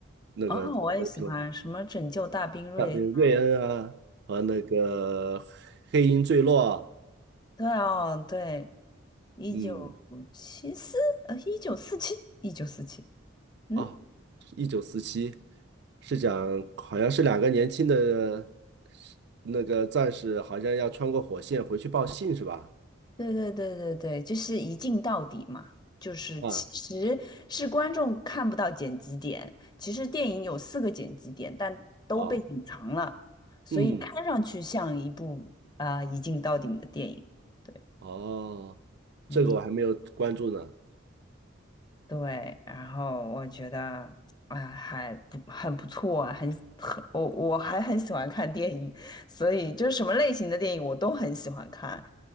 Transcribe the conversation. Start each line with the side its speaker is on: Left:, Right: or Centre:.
Right: 那个战争片，
Left: 哦，我也喜欢什么拯救大兵瑞恩，
Right: 啊，比如瑞恩啊和那个黑鹰坠落啊
Left: 对哦，对。一九七四，
Right: 嗯
Left: 呃，一九四七，一九四七，嗯，
Right: 啊，一九四七是讲好像是两个年轻的那个战士，好像要穿过火线回去报信是吧？
Left: 对对对对对，就是一镜到底嘛，就是其实是观众看不到剪辑点，
Right: 啊，
Left: 其实电影有四个剪辑点，但都被隐藏了，
Right: 哦，
Left: 所以看上去像一部啊、
Right: 嗯，
Left: 一镜到底的电影，对，
Right: 哦，
Left: 嗯。
Right: 这个我还没有关注呢，
Left: 对，然后我觉得，哎，还不很不错啊，很很，我我还很喜欢看电影，所以就什么类型的电影我都很喜欢看。